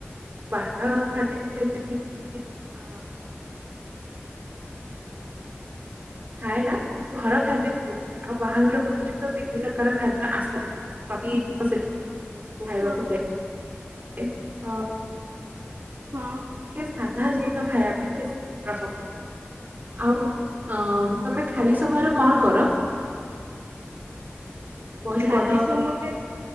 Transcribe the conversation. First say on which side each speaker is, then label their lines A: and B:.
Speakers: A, on the right; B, on the right.
A: ବାହାର ଖାଦ୍ୟକୁ ଏତେ ଟି-ଟି ଅ ଖାଏ ନା ତ ଘର ଖାଦ୍ୟ ବହୁତ ଖାଏ ଆଉ ବାହାଘର ଭୋଜିରେ ତ ବିଭିନ୍ନ ପ୍ରକାର ଖାଦ୍ୟ ଆଶା ଥାଏ। ସେଠିକୁ ଖାଇବାକୁ
B: ହଁ
A: <unintelligible> ହଁ।
B: ହଁ।
A: ସାଧା ଜିନିଷ ଖାଇବା ପାଇଁ ବେଶୀ ପ୍ରସନ୍ଦ କରେ ଆଉ। ଅ ତମେ ଖାଲି ସମୟରେ କଣ କର? ବହି
B: ଖାଲି
A: ପଢ
B: ସମୟରେ।
A: କି